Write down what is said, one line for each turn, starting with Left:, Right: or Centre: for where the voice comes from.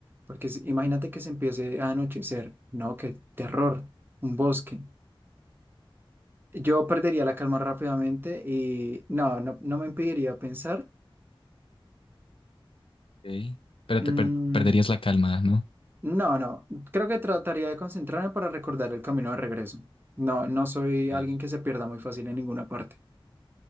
Right: porque si- imagínate que se empiece a anochecer, no, qué terror, un bosque. Yo perdería la calma rápidamente y no, no, no me impediría pensar.
Left: Ok. Pero
Right: Mm,
Left: te per- perderías la calma, ¿no?
Right: no, no, creo que trataría de concentrarme para recordar el camino de regreso. No, no soy
Left: Ok.
Right: alguien que se pierda muy fácil en ninguna parte.